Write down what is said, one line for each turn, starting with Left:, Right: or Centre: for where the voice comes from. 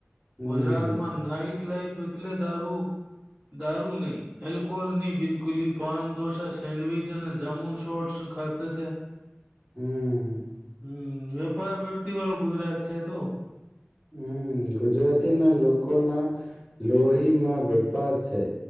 Centre: હમ
Right: ગુજરાતમાં નાઈ એલા એટલે દારૂ દારૂ નહી એલ્કોહોલ નહી બિલકુલ પાનઢોસા સેન્ડવીચ અને જામુન સોટ ખાતે છે
Centre: હમ
Right: હમ્મ વેપાર બરતી વાળું ગુજરાત છે તો
Centre: હમ્મ ગુજરાતી ના લોકો ના લોહીમાં વેપાર છે